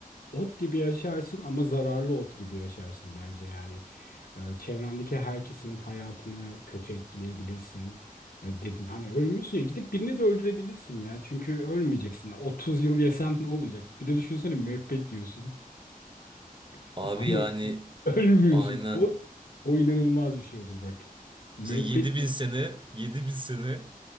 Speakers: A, on the left (about 85°); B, on the right (about 35°).
A: Ot gibi yaşarsın ama zararlı ot gibi yaşarsın bence yani. Ee, çevrendeki herkesin hayatını kötü etkileyebilirsin. Ee, dedim hani ölmüyorsun ya gidip birini de öldürebilirsin ya. Çünkü ölmeyeceksin. 30 yıl yesen ne olacak? Bir de düşünsene müebbet yiyorsun <laughs>
B: Abi
A: ama
B: yani
A: ölmüyorsun.
B: aynen.
A: O o inanılmaz bir şey olur bak. Müebbet
B: Sen 7000
A: yiyorsun.
B: sene,
A: <laughs>
B: 7000 sene